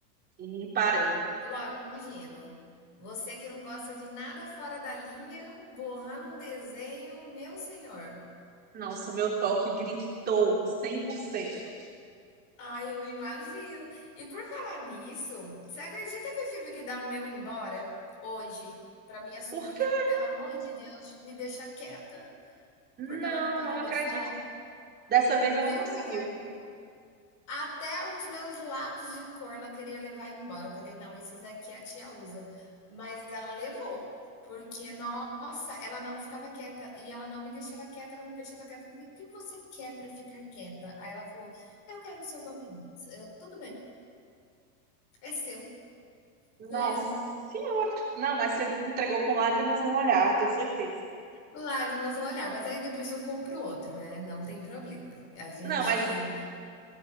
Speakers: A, on the right; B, on the left.
A: e parei.
B: Logo, imagino, você que não gosta de nada fora da linha, borrando um desenho, meu senhor.
A: Nossa, meu toque gritou cem por cento
B: Ai, eu imagino. E por falar nisso, você acredita que eu tive que dar o meu embora hoje para minha sobrinha,
A: Por quê?
B: pelo amor de Deus, me deixa quieta,
A: Não,
B: porque ela não parava
A: não acredito.
B: de falar?
A: Dessa vez ela
B: Juro
A: conseguiu.
B: pra você, até os meus lápis de cor ela queria levar embora. Eu falei, não, esses daqui a tia usa. Mas ela levou, porque, nossa, ela não ficava quieta e ela não me deixava quieta, ela não me deixava quieta. Eu falei, o que você quer para ficar quieta? Aí ela falou, eu quero o seu Bob Boots. Eu, tudo bem, é seu.
A: Nossa
B: Leva
A: senhora. Não, mas você entregou com lágrimas no olhar, tenho certeza.
B: lágrimas no olhar, mas aí depois eu compro outro, né? Não tem problema. A gente.
A: Não, mas